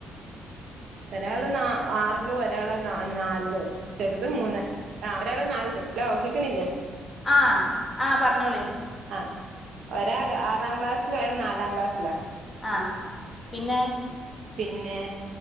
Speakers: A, on the right (about 65°); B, on the left (about 20°).
A: ഒരാള് ന ആറിലോ ഒരാളെ ന നാലിലോ ആണ് ചെറുത് മൂന്ന് ആഹ് ഒരാള് നാലില് ഹലോ കേക്ണില്ലേ.
B: ആഹ് ആഹ് പറഞ്ഞോളി.
A: അഹ്. ഒരാഹ് ആറാം ക്ലാസ്ൽ ഒരാള് നാലാം ക്ലാസ്സിലാ
B: ആഹ് പിന്നെ
A: പിന്നേ